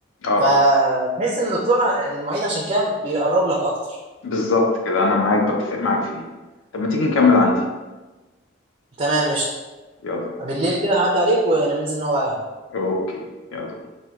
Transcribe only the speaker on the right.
فتحس ان الدكتور المعيد عشان كده بيقرب لك اكتر
تمام قشطه
بالليل كده هعدي عليك وننزل نقعد على القهوه